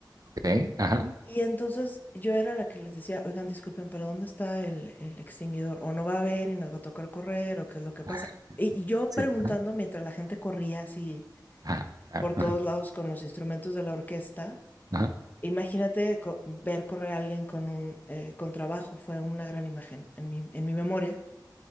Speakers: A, on the right; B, on the left.
A: Ok, ajá,
B: Y entonces yo era la que les decía, oigan, disculpen, pero ¿dónde está el, el extinguidor? O no va a haber y nos va a tocar correr, o qué es lo que pasa.
A: ajá,
B: Y, y yo
A: sí,
B: preguntando
A: ajá,
B: mientras la gente corría así
A: ajá, claro,
B: por todos
A: ajá,
B: lados con los instrumentos de la orquesta.
A: ajá,
B: Imagínate co- ver correr a alguien con un eh, contrabajo, fue una gran imagen en mi, en mi memoria.